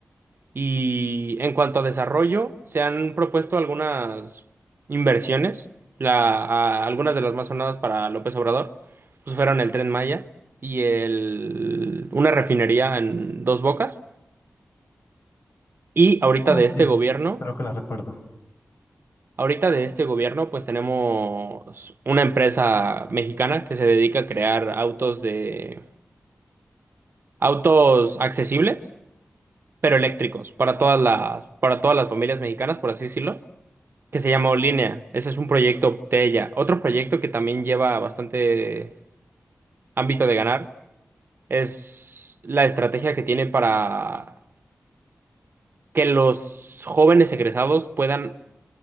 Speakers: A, on the right; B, on the left.
A: Y en cuanto a desarrollo, se han propuesto algunas inversiones. La, a- algunas de las más sonadas para López Obrador, pues fueron el Tren Maya y el, una refinería en Dos Bocas. Y ahorita
B: Ah,
A: de
B: sí,
A: este gobierno,
B: creo que la recuerdo.
A: ahorita de este gobierno, pues tenemos una empresa mexicana que se dedica a crear autos de autos accesibles, pero eléctricos para todas las, para todas las familias mexicanas, por así decirlo. que se llamó Línea. Ese es un proyecto de ella. Otro proyecto que también lleva bastante ámbito de ganar es la estrategia que tiene para que los jóvenes egresados puedan